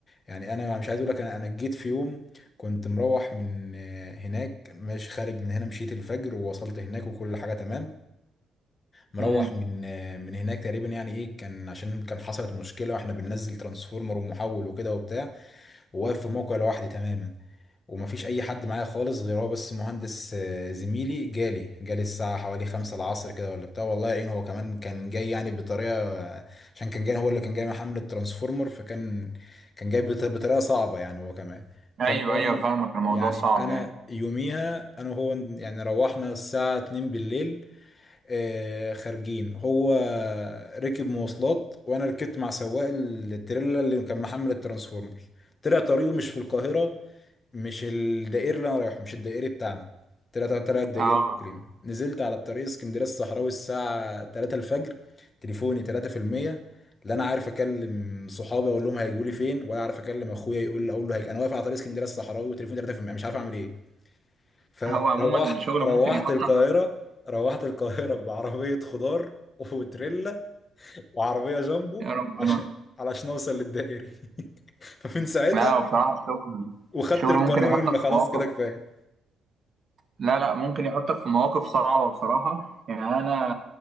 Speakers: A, on the left; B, on the right.
A: يعني أنا مش عايز أقول لك أنا أنا جيت في يوم كنت مروح من آه، هناك مش خارج من هنا مشيت الفجر ووصلت هناك وكل حاجة تمام مروح
B: مم.
A: من من هناك تقريبا يعني ايه كان عشان كان حصلت مشكله واحنا بننزل ترانسفورمر ومحول وكده وبتاع وواقف في الموقع لوحدي تماما ومفيش اي حد معايا خالص غير هو بس مهندس آه، زميلي جالي جالي الساعه حوالي خمسة العصر كده ولا بتاع والله يعين هو كمان كان جاي يعني بطريقه آه، عشان كان جاي هو اللي كان جاي محمل الترانسفورمر فكان كان جاي بط- بطريقه صعبه يعني هو كمان فالمهم
B: ايوه ايوه فاهمك الموضوع
A: يعني
B: صعب
A: انا
B: يعني
A: يوميها انا وهو يعني روحنا الساعه 2 بالليل آه، خارجين هو ركب مواصلات وانا ركبت مع سواق التريلا اللي كان محمل الترانسفورمر طلع طريقه مش في القاهرة مش الدائري اللي انا رايحه مش الدائري بتاعنا طلع طلع الدائري
B: اه
A: تقريبا نزلت على الطريق اسكندرية الصحراوي الساعة 3 الفجر تليفوني 3% لا انا عارف اكلم صحابي اقول لهم هيجوا لي فين ولا عارف اكلم اخويا يقول لي اقول له هيجي انا واقف على طريق اسكندريه الصحراوي وتليفوني 3% مش عارف اعمل ايه فروحت
B: هو عموما الشغل
A: روحت
B: ممكن يحطك
A: القاهرة روحت القاهرة بعربية خضار وتريلا وعربية جامبو
B: يا ربنا
A: عشان علشان اوصل للدائري <laughs> فمن ساعتها
B: لا هو بصراحة الشغل
A: وخدت
B: الشغل
A: القرار
B: ممكن يحطك
A: ان
B: في
A: خلاص
B: مواقف
A: كده كفاية
B: لا لا ممكن يحطك في مواقف صعبة بصراحة يعني أنا